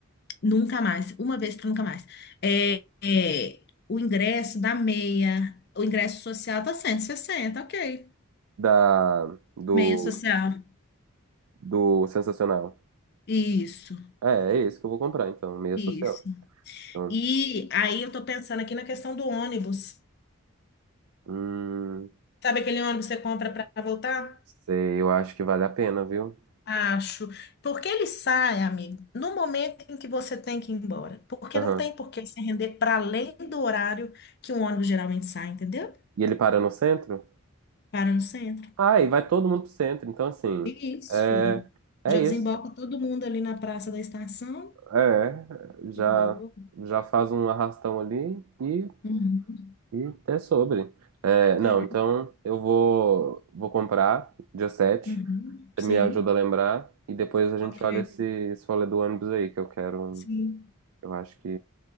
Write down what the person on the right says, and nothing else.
Da, do,
do Sensacional.
É, é esse que eu vou comprar, então, meia
social. Então,
hum,
sei, eu acho que vale a pena, viu?
Aham.
E ele para no centro?
Ah, e vai todo mundo pro centro, então, assim,
é, é
isso.
É, já,
já faz um arrastão ali e,
e é sobre. É, não,
então eu vou, vou comprar dia sete.
Você
me ajuda a lembrar e depois a gente
olha esse, esse rolê do ônibus aí, que eu quero.
Eu acho que